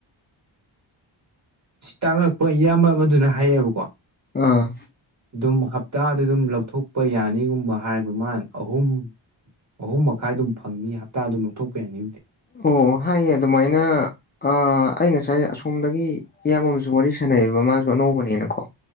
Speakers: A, on the right; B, on the left.
A: ꯁꯤ ꯇꯥꯛꯂꯛꯄ ꯏꯌꯥꯝꯕ ꯑꯃꯗꯨꯅ ꯍꯥꯏꯌꯦꯕꯀꯣ
B: ꯑꯥ
A: ꯑꯗꯨꯝ ꯍꯞ ꯍꯞꯇꯥꯗ ꯑꯗꯨꯝ ꯂꯧꯊꯣꯛꯄ ꯌꯥꯅꯤꯒꯨꯝꯕ ꯍꯥꯏꯑꯕ ꯃꯥꯅ ꯑꯍꯨꯝ ꯑꯍꯨꯝ ꯃꯈꯥꯏ ꯑꯗꯨꯝ ꯐꯪꯅꯤ ꯍꯞꯇꯥꯗ ꯑꯗꯨꯝ ꯂꯧꯊꯣꯛꯄ ꯌꯥꯅꯤ
B: ꯑꯣ ꯍꯥꯏꯌꯦ ꯑꯗꯨꯃꯥꯏꯅ ꯑ ꯑꯩ ꯉꯁꯥꯏ ꯑꯁꯣꯝꯗꯒꯤ ꯏꯌꯥꯝꯕ ꯑꯃꯁꯨ ꯋꯥꯔꯤ ꯁꯥꯟꯅꯩꯑꯕ ꯃꯥꯖꯨ ꯑꯅꯧꯕꯅꯦꯅꯀꯣ